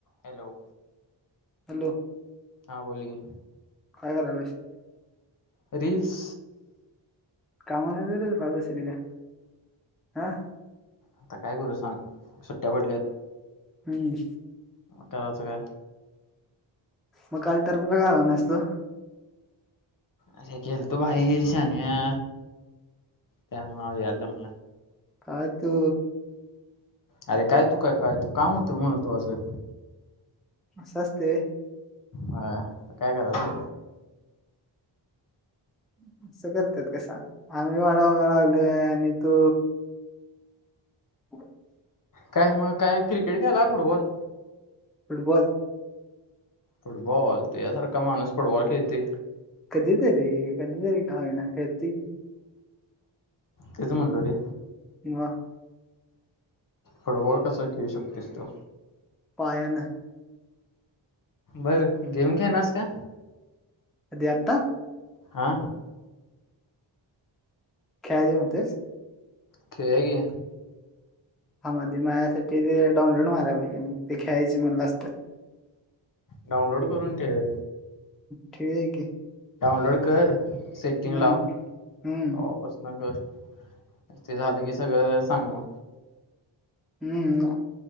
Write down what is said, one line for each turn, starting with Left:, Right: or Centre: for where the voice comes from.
Left: हॅलो
Centre: हॅलो
Left: हा बोल की
Centre: काय करलायस?
Left: रीलस
Centre: कामं नाहीत काय तुला दुसरी काय? हं
Left: आता काय करू सांग सुट्ट्या पडल्यात.
Centre: हम्
Left: त्यालाचं काय
Centre: मग काल तरफला का आला नाहीस तू?
Left: आरे गेलतो भाई शान्यां त्यामुळे यायला जमले नाही.
Centre: आ तू
Left: अरे काय तू का काय तू काम होतं महत्वाचे
Centre: अस असते होय
Left: होय काय करायचे
Centre: असं करतात काय सांग आम्ही वाडावाग लावलोय आणि तू <unintelligible>
Left: काय मग काय क्रिकेट खेळला काय फुटबॉल?
Centre: फुटबॉल
Left: फुटबॉल तुज्यासारखा माणूस फूडबॉल खेळतंय
Centre: कधी तरी कधी तरी का होईना खेळतोय की
Left: तेचं म्हणलो रे
Centre: मग <inaudible>
Left: फुटबॉल कसं खेळू शकतोस तू-
Centre: पायाने.
Left: बरं गेम खेळणार आहेस काय?
Centre: कधी आता.
Left: हा
Centre: खेळायचे म्हणतोय
Left: खेळूया की.
Centre: हा मध्ये माझ्यासाठी ते डाऊनलोड मरायला पाहिजे, मग ते खेळायचे म्हणालास तर.
Left: डाउनलोड करून ठेव.
Centre: खेळूया की.
Left: डाउनलोड कर सेटिंग
Centre: हम्म
Left: लाव तेव्हा
Centre: हम्म
Left: पासून- हा कर ते झालं की सगळं सांग मग.
Centre: हम्म